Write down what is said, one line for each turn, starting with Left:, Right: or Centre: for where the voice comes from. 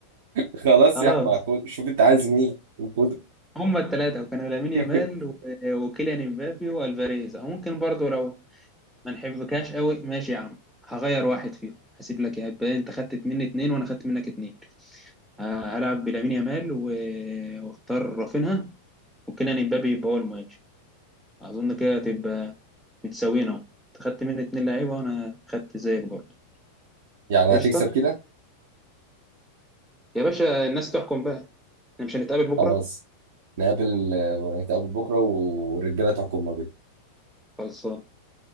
Right: خلاص
Centre: خلاص
Right: يا احمد خد- شوف انت عايز مين وخده
Centre: هم الثلاثه وكانوا لامين يامال
Right: <laughs>
Centre: و... وكيليان امبابي والفاريز او ممكن برضو لو ما نحبكاش قوي ماشي يا عم هغير واحد فيهم هسيب لك يا ابا انت خدت مني اتنين وانا خدت منك اتنين ه- هلعب بلامين يامال و... واختار رافينها وكيليان امبابي يبقى هو المهاجم اظن كده هتبقى متساويين اهو انت خدت مني اتنين لعيبه وانا خدت زيك برضه
Right: يعني
Centre: قشطه
Right: هتكسب كده
Centre: يا باشا الناس تحكم بقى احنا مش هنتقابل بكره
Right: خلاص نقابل نتقابل بكره والرجاله تحكم ما بينهم
Centre: خلصان